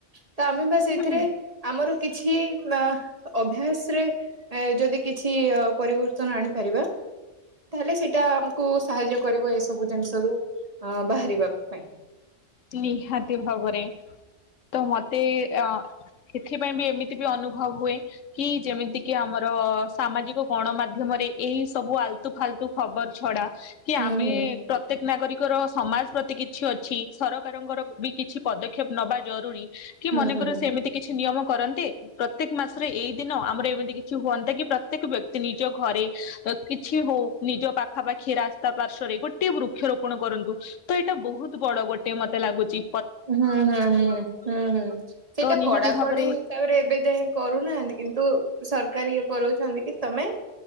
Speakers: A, on the right; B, on the left.
A: ତ ଆମେ ବା ସେଇଥିରେ
B: ହୁଁ
A: ଆମର କିଛି ଅଭ୍ୟାସରେ ଯଦି କିଛି ପରିବର୍ତ୍ତନ ଆଣିପାରିବା ତାହେଲେ ସେଇଟା ଆମକୁ ସାହାଯ୍ୟ କରିବ ଏସବୁ ଜିନିଷରୁ ବାହାରିବା। ବାଇ।
B: ନିହାତି ଭାବରେ। ତ ମତେ ୟାର୍। ଏଥିପାଇଁ ବି ଏମିତି ବି ଅନୁଭବ ହୁଏ କି ଯେମିତି କି ଆମର ସାମାଜିକ ଗଣମାଧ୍ୟମରେ ଏଇ ସବୁ ଆଲତୁ ଫାଲତୁ ଖବର ଛଡା କି
A: ହୁଁ
B: ଆମେ
A: ହୁଁ
B: ପ୍ରତ୍ୟେକ ନାଗରିକ। ଙ୍କର ସମାଜ ପ୍ରତି କିଛି ଅଛି। ସରକାରଙ୍କର ବି କିଛି ପଦକ୍ଷେପ ନେବା ଜରୁରୀ। କି
A: ହୁଁ
B: ମନେକର
A: ହୁଁ।
B: ସେ ଏମିତି କିଛି ନିୟମ କରନ୍ତି ପ୍ରତ୍ୟେକ ମାସ ପରା ଏଇ ଦିନ ଆମର ଏମିତି କିଛି ହୁଅନ୍ତା କି ପ୍ରତ୍ୟେକ ବ୍ୟକ୍ତି ନିଜ ଘରେ କିଛି ହଉ ନିଜ ପାଖାପାଖି ରାସ୍ତା ପାର୍ଶ୍ଵରେ ଗୋଟେ ବୃକ୍ଷରୋପଣ କରନ୍ତୁ ତ ଏଇଟା ବହୁତ ବଡ ଗୋଟେ ସେ ମତେ ଲାଗୁଚି
A: ହୁଁ ହୁଁ ହୁଁ ହୁଁ ହୁଁ ସେଇଟା
B: ତ ନିହାତି
A: କଡାକଡି
B: ଭାବରେ
A: ହିସାବରେ ଏବେ ଯାଇ କରୁନାହାନ୍ତି। କିନ୍ତୁ ସରକାର ଇଏ କରାଉଛନ୍ତି କି ତମେ